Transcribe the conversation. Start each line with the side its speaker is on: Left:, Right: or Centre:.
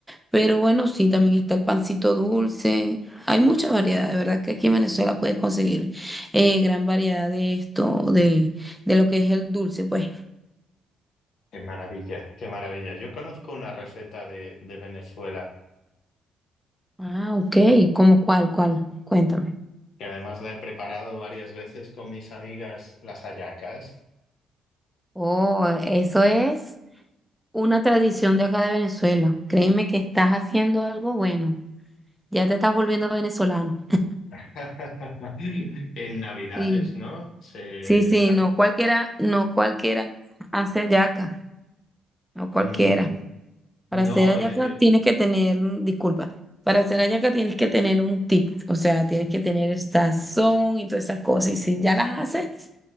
Centre: Pero bueno, sí, también está el pancito dulce. Hay mucha variedad, de verdad que aquí en Venezuela puedes conseguir eh, gran variedad de esto, de, de lo que es el dulce, pues.
Left: Qué maravilla, qué maravilla. Yo conozco una receta de, de Venezuela
Centre: Ah, ok, ¿cómo cuál, cuál? Cuéntame.
Left: que además la he preparado varias veces con mis amigas las hallacas.
Centre: Oh, eso es una tradición de acá de Venezuela. Créeme que estás haciendo algo bueno. Ya te estás volviendo venezolano.
Left: <laughs> En Navidades,
Centre: Sí,
Left: ¿no? Se,
Centre: sí, sí,
Left: era,
Centre: no cualquiera, no cualquiera hace hallaca, no cualquiera.
Left: Mm,
Centre: Para
Left: no,
Centre: hacer hallaca
Left: eh,
Centre: tienes que tener, disculpa, para hacer hallaca tienes que tener un tip, o sea, tienes que tener el sazón y todas esas cosas. Y si ya las haces,